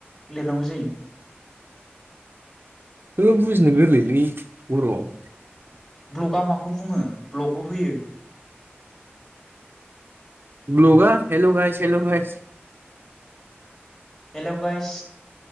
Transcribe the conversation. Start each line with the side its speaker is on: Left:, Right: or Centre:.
Left: लिरनांगौ जायो।
Right: नोङो बुजिनो गोरलैलै बर'आव।
Left: ब्लगा माखौ बुङो? ब्लगबो फैयो।
Right: ब्लगा hello guys hello guys.
Left: Hello guys.